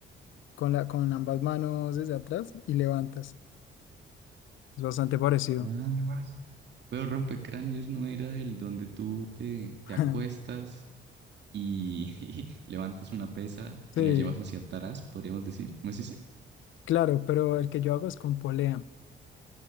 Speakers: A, on the left; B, on the right.
A: con la, con ambas manos desde atrás y levantas. Es bastante parecido.
B: Ah. Pero rompecráneos no era el donde tú te, te
A: <laughs>
B: acuestas y <laughs> levantas una pesa
A: Sí,
B: y la llevas hacia atrás, podríamos decir. ¿No es ese?
A: claro, pero el que yo hago es con polea.